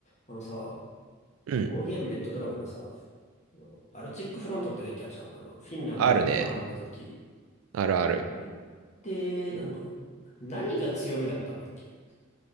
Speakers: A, on the left; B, on the right.
A: あのさ、
B: うん。
A: オーゲームレッドドラゴンのさ、あのバルチックフロントってデッキあるじゃん。あの、フィンランドとポーランドのデッキ。
B: あるね。あるある。
A: あれって、なんか、何が強みだったんだっけ